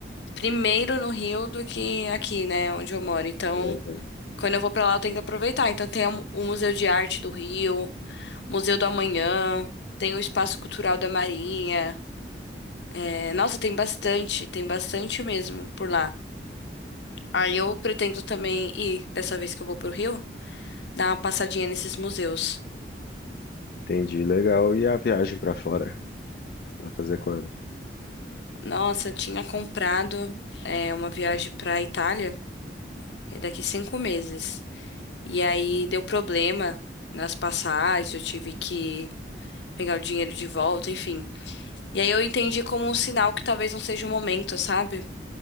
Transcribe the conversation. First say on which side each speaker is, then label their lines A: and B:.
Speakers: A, on the left (about 75°); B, on the left (about 55°).
A: primeiro no Rio do que aqui, né, onde eu moro. Então,
B: É.
A: quando eu vou pra lá, eu tenho que aproveitar. Então, tem o o Museu de Arte do Rio, Museu do Amanhã, tem o Espaço Cultural da Marinha. É, nossa, tem bastante, tem bastante mesmo por lá. Aí eu pretendo também ir, dessa vez que eu vou pro Rio, dar uma passadinha nesses museus.
B: Entendi, legal. E a viagem pra fora? Vai fazer quando?
A: Nossa, eu tinha comprado é, uma viagem pra Itália é daqui cinco meses. E aí deu problema nas passagens, eu tive que pegar o dinheiro de volta, enfim. E aí eu entendi como um sinal que talvez não seja o momento, sabe?